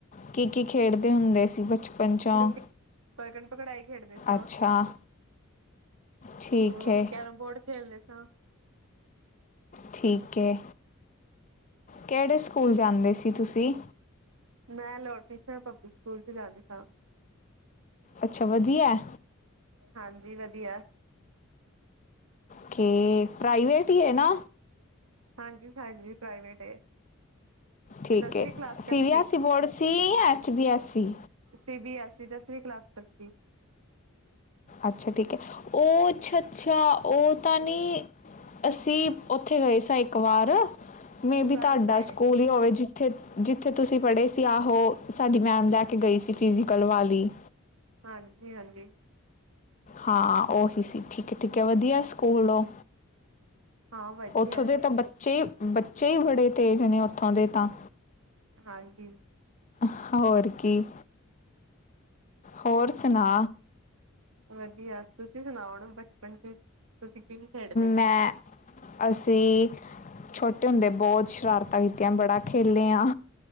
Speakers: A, on the left; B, on the right.
A: ਕੀ ਕੀ ਖੇਡਦੇ ਹੁੰਦੇ ਸੀ ਬਚਪਨ ਪੰਜਾਂ
B: ਲੁੱ ਪਕੜ ਪਕੜਾਈ ਖੇਡਦੇ ਸਾਂ
A: ਅੱਛਾ ਠੀਕ
B: ਹੂ
A: ਏ
B: ਤੇ ਕੈਰਮ ਬੋਰਡ ਖੇਲਦੇ ਸਾਂ
A: ਠੀਕ ਹੈ, ਕਿਹੜੇ ਸਕੂਲ ਜਾਂਦੇ ਸੀ ਤੁਸੀਂ
B: ਮੈਂ ਲੌਰਡ ਕ੍ਰਿਸ਼ਨਾ ਪਬਲਿਕ ਸਕੂਲ 'ਚ ਜਾਂਦੀ ਸਾਂ!
A: ਅੱਛਾ ਵਧੀਆ
B: ਹਾਂਜੀ ਵਧੀਆ
A: ਠੀਕ, ਪ੍ਰਾਈਵੇਟ ਹੀ ਹੈ ਨਾ
B: ਹਾਂਜੀ ਹਾਂਜੀ ਪ੍ਰਾਈਵੇਟ ਏ
A: ਠੀਕ
B: ਦਸਵੀਂ
A: ਹੈ,
B: ਕਲਾਸ
A: ਸੀ
B: ਤੱਕ
A: ਬੀ ਐੱਸ ਈ ਬੋਰਡ ਸੀ, ਜਾਂ H B S C
B: C B S E ਦਸਵੀਂ ਕਲਾਸ ਤੱਕ ਸੀ
A: ਅੱਛਾ ਠੀਕ ਹੈ, ਉਹ ਅੱਛਾ ਅੱਛਾ ਉਹ ਤਾਂ ਨਹੀਂ ਅਸੀਂ ਉੱਥੇ ਗਏ ਸਾਂ ਇੱਕ ਵਾਰ, ਮੇਬੀ
B: ਉਗਾਲੇ
A: ਤੁਹਾਡਾ
B: ਸਾਈਡ
A: ਸਕੂਲ
B: ਏ
A: ਹੀ ਹੋਵੇ ਜ ਉਥੇ ਜਿੱਥੇ ਤੁਸੀਂ ਪੜ੍ਹੇ ਸੀ ਆਹੋ, ਸਾਡੀ ਮੈਡਮ ਲੈ ਕੇ ਗਈ ਸੀ ਫਿਜ਼ੀਕਲ ਵਾਲੀ
B: ਹਾਂਜੀ ਹਾਂਜੀ
A: ਹਾਂ ਉਹੀ ਸੀ, ਠੀਕ ਹੈ ਠੀਕ ਹੈ ਵਧੀਆ ਸਕੂਲੋਂ,
B: ਹਾਂ ਵਧੀਆ
A: ਉੱਥੋਂ ਦੇ ਤਾਂ ਬਚੇ ਬੱਚੇ ਬੱਚੇ ਹੀ ਬੜੇ ਤੇਜ਼ ਨੇ ਉੱਥੋਂ ਦੇ ਤਾਂ
B: ਹਾਂਜੀ
A: ਹੋਰ ਕੀ ਹੋਰ ਸੁਣਾ
B: ਵਧੀਆ ਤੁਸੀਂ ਸੁਣਾਓ ਹੁਨ ਬਚਪਨ ਚ ਤੁਸੀਂ ਕੀ ਖੇਡਦੇ ਸੀ
A: ਮੈਂ ਅਸੀਂ ਛੋਟੇ ਹੁੰਦੇ ਬਹੁਤ ਸ਼ਰਾਰਤਾਂ ਕੀਤੀਆਂ ਬੜਾ ਖੇਲੇ ਆ